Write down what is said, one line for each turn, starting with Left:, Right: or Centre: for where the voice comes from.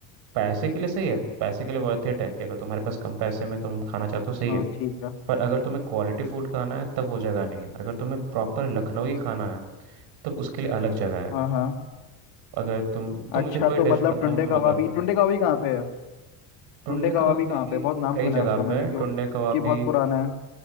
Right: पैसे के लिए सही है पैसे के लिए वर्थ इट है कि अगर तुम्हारे पास कम पैसे में तुम खाना चाहते हो सही
Left: हाँ
Right: है
Left: ठीक है
Right: पर अगर तुम्हें क्वालिटी फूड खाना है तब वो जगह नहीं है अगर तुम्हें प्रॉपर लखनऊ ही खाना है तब उसके लिए अलग जगह है
Left: हाँ हाँ
Right: अगर तुम तुम
Left: अच्छा
Right: मुझे कोई
Left: तो मतलब
Right: डिश बताओ
Left: टुंडे
Right: मैं
Left: कबाबी
Right: बताता
Left: टुंडे कबाबी कहाँ पे है
Right: टुंडे
Left: टुंडे कबाबी
Right: कबाबी
Left: कहाँ पे है? बहुत नाम
Right: कई
Left: सुना
Right: जगह
Left: है उसका मैंने
Right: पे है
Left: कि वो-
Right: टुंडे कबाबी
Left: कि बहुत पुराना है